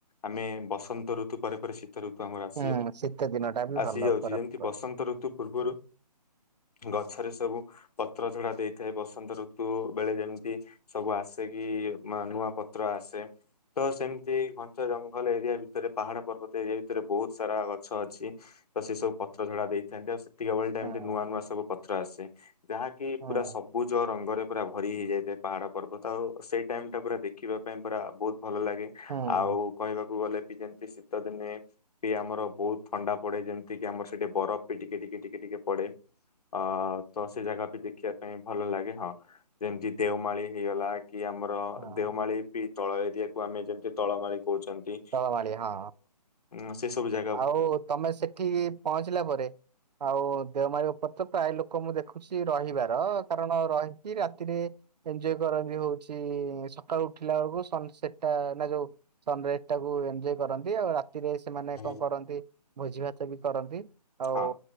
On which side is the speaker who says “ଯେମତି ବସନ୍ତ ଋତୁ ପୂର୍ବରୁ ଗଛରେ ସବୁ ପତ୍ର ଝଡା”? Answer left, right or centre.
Left